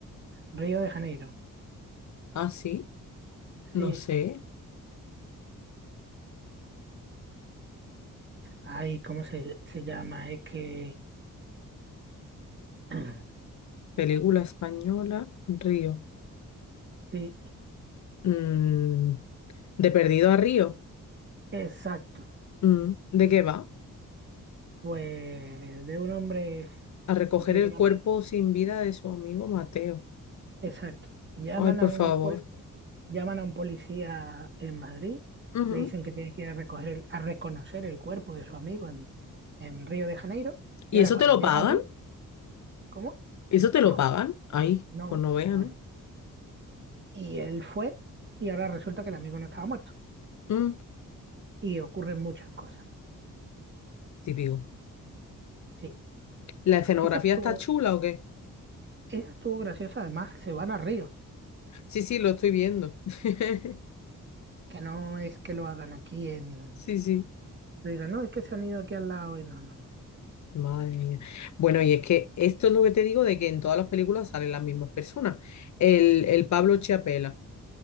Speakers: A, on the right (about 35°); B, on the left (about 60°).
A: Río de Janeiro.
B: Ah, sí. No
A: Sí,
B: sé.
A: ay, ¿cómo se, se llama? Es que. <clears throat>
B: Película española, Río.
A: Sí,
B: Mm. De Perdido a Río.
A: exacto.
B: Mm. ¿De qué va?
A: Pues de un hombre
B: a recoger
A: que tiene
B: el
A: una.
B: cuerpo
A: me-
B: sin vida de su amigo Mateo.
A: Exacto. Llaman
B: Ay, por
A: a un,
B: favor.
A: pol- llaman a un policía en Madrid,
B: Ujú.
A: le dicen que tiene que ir a, recoger el- a reconocer el cuerpo de su amigo en, en Río de Janeiro,
B: ¿Y
A: y ahora
B: eso
A: cuando
B: te lo
A: llega
B: pagan?
A: allí. ¿Cómo?
B: ¿Eso te lo
A: No,
B: pagan? Ay,
A: no,
B: pues no vea,
A: pero bueno.
B: ¿no?
A: Y él fue y ahora resulta que el amigo no estaba muerto.
B: Mm,
A: Y ocurren muchas cosas.
B: típico.
A: Sí,
B: ¿La escenografía
A: esa estuvo,
B: está chula o qué?
A: esa estuvo graciosa. Además, se van a Río,
B: Sí, sí, lo estoy viendo. <laughs>
A: que no es que lo hagan aquí en...
B: Sí, sí.
A: Te digan, no, es que se han ido aquí al lado y no, no, no.
B: Madre mía. Bueno, y es que esto es lo que te digo de que en todas las películas salen las mismas personas. El, el Pablo Chiapela.